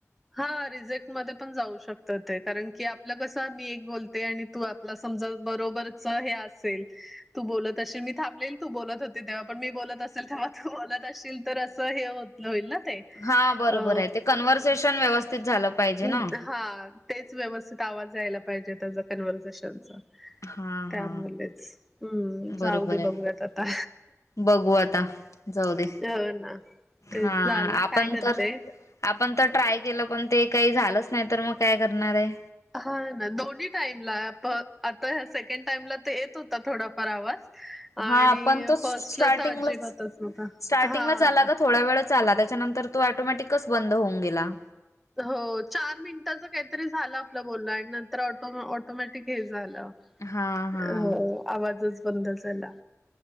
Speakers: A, in the centre; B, on the left.
A: हा रिजेक्टमध्ये पण जाऊ शकतं ते, कारण की आपलं कसं मी एक बोलते आणि तू आपला समजा बरोबरच हे असेल तू बोलत अशील मी थांबलेली तू बोलत होती, तेव्हा पण मी बोलत असेल तेव्हा तू बोलत असशील, तर असं हे होत होईल ना ते.
B: हां बरोबर
A: अ
B: आहे ते कन्व्हर्सेशन व्यवस्थित झालं पाहिजे ना
A: उम्द हा तेच व्यवस्थित आवाज यायला पाहिजे त्याचा कन्व्हर्सेेशनचा.
B: हा
A: त्यामुळेच
B: हा
A: हम्म
B: बरोबर
A: जाऊ दे
B: आहे
A: बघूयात आता
B: बघू आता जाऊदे
A: हो ना तेच
B: हां
A: झालं
B: आपण
A: काय करते
B: तर आपण तर ट्राय केलं पण ते काही झालंच नाही तर मग काय करणार आहे?
A: हा ना दोन्ही टाईमला आप आता ह्या सेकंड टाइमला तर येत होता, थोडाफार आवाज आणि
B: हा पण तो स्टार्टिंगलाच
A: फर्स्टला तर अजिबातच नव्हता
B: - स्टार्टिंगलाच
A: हा
B: आला ग थोड्या वेळ चाला त्याच्यानंतर तो ॲटोमॅटिकच बंद होऊन गेला.
A: हो चार मिनिटाचं काहीतरी झालं आपलं बोलणं आणि नंतर ऑटो ऑटोमॅटिक हे झाला.
B: हा हा
A: अ आवाजच बंद झाला.